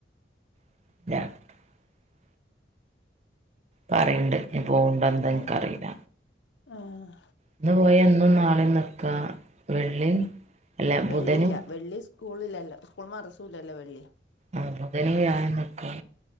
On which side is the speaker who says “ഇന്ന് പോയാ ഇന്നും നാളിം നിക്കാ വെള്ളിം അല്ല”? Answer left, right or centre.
Right